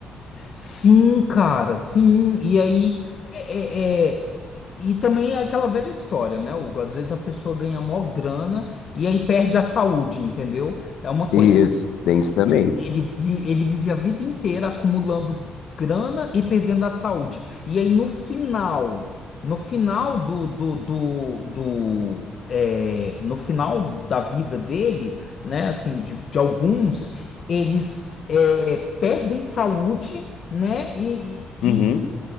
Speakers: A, on the left (about 50°); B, on the left (about 80°).
A: Sim, cara, sim. E aí é, é- é- e também é aquela velha história, né, Hugo? Às vezes a pessoa ganha mó grana e aí perde a saúde, entendeu? É uma coisa.
B: Isso, tem isso também.
A: Ele, vi, ele vive a vida inteira acumulando grana e perdendo a saúde. E aí no final, no final do, do, do, do é, no final da vida dele, né, assim, de, de alguns, eles é, perdem saúde, né, e, e,
B: Uhum.